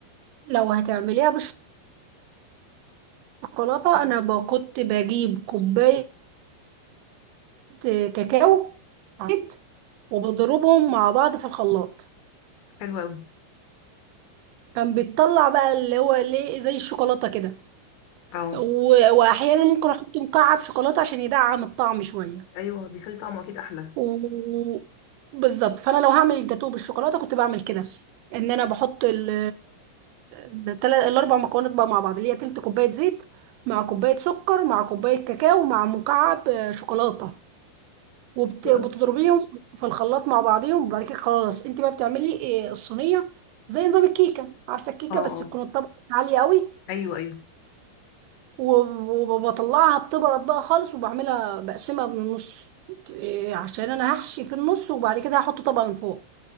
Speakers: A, on the right; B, on the left.
A: لو هتعمليها بالشوكولاته انا ب- كنت بجيب كوبايه آه، كاكاو عيت وبضربهم مع بعض في الخلاط
B: حلوه قوي
A: كان بيطلع بقى اللي هو ليه زي الشوكولاته كده
B: اه
A: و- واحيانا ممكن احط مكعب شوكولاته عشان يدعم الطعم شويه
B: ايوه بيخلي طعمه اكيد احلى
A: و... بالظبط فانا لو هعمل الجاتوه بالشوكولاته كنت بعمل كده ان انا بحط ال التلا- الاربع مكونات بقى مع بعض اللي هي تلت كوبايه زيت مع كوبايه سكر مع كوبايه كاكاو مع مكعب آه، شوكولاته وبتضربيهم
B: حلو أوي.
A: في الخلاط مع بعضهم وبعد كده خلاص انت بقى بتعملي آه، الصينيه زي نظام الكيكه عارفه الكيكه
B: اه
A: بس
B: اه
A: تكون الطبقه عاليه قوي
B: ايوه ايوه
A: و- وبطلعها بتبرد بقى خالص وبعملها بقسمها من النص إيه، عشان انا هحشي في النص وبعد كده هحط طبقة من فوق